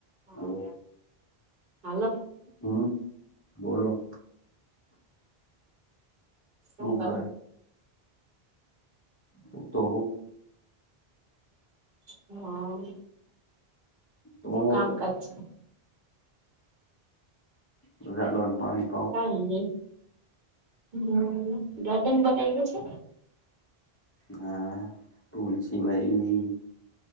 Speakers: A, on the right; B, on the left.
A: હા
B: hello
A: hello.
B: હમ બોલો
A: શું
B: હું
A: કરો
B: કરે હુતો હું
A: હા
B: તો
A: શું
B: હુ
A: કામકાજ
B: કરે
A: છે
B: ઝાડવાનું પાણી પાઓ
A: કાઈ નઈ હમ્મ ગાર્ડન બનાવ્યું છે
B: હા તુલસી વાઈવી